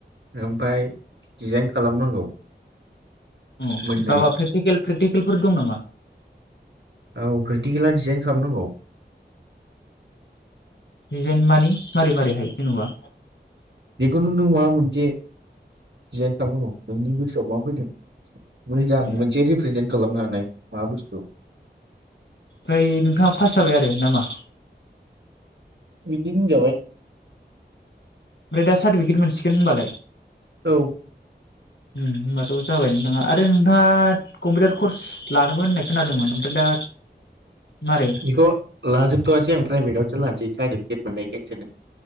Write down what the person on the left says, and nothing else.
अ
दाबा प्रेकटिकेल प्रेकटिकेलफोर दं नामा?
डिजाइन मानि मारै मारैहाय जेन'बा
ए
ओमफ्राय नोंथाङा फास जाबाय आरो नामा
ओमफ्राय दा सार्टिफिकेट मोनसिगोन होनबालाय
ओम होनबाथ जाबाय आनो <unintelligible> नोंथाङा कम्पिउटार कर्स लानोबो होननाय खोनादोंमोन ओमफ्राय दा मारै